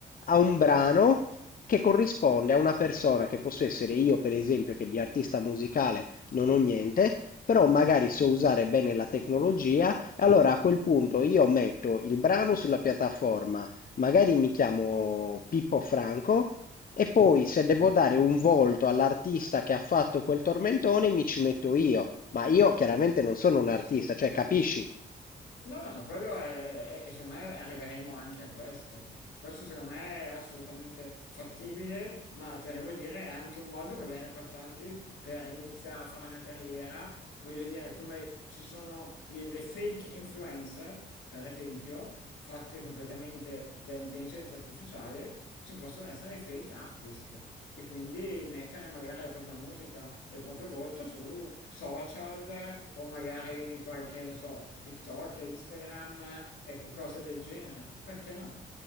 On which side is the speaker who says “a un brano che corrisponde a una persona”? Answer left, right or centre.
Left